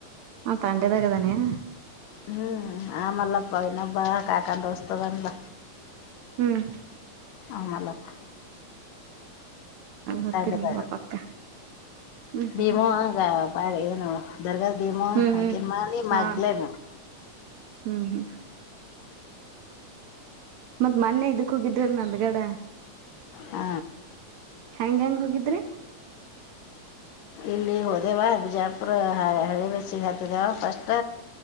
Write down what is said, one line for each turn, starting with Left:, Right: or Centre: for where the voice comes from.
Right: ಹ ತಂಡೆದಾಗ ಅದಾನ್ ಏನ್.
Left: ಹ್ಮ್ ಆಮಲ್ಲಪ ಇನ್ನೊಬ್ಬ ಕಾಕನ ದೋಸ್ತ ಅದಾನ್ ಲಾ.
Right: ಹ್ಮ್.
Left: ಆ ಮಲ್ಲಪ್ಪ.
Right: ಗೊತ್ತಿಲ್ವ
Left: ತಂಡದ
Right: ಪಕ್ಕ ಹ್ಮ್ ಹ್ಮ್
Left: ಭೀಮವ್ವ. ಪಾ ಏನು ದರ್ಗಾದ್ ಭೀಮವ್ವ
Right: ಹ್ಮ್
Left: ಹಾಗಗೇ
Right: ಹ್ಮ್
Left: ಮಾಲಿ
Right: ಹಾ
Left: ಮಗ್ಲೇನು.
Right: ಹ್ಮ್ ಹ್ಮ್. ಮತ್ ಮೊನ್ನೆ ಇದಕ್ಕ ಹೋಗಿದ್ವಿಅಲ ನಂದ್ಗಡ.
Left: ಹ್ಮ
Right: ಹೆಯಾಂಗೆ ಹೆಂಗ್ ಹೋಗಿದ್ರಿ
Left: ಇಲ್ಲಿ ಹೋದೆೇವ ಬಿಜಾಪುರ ಹಳಿ ಬಚ್ಚಿಗೆ ಹತಿದೆೇವ ಫಸ್ಟ್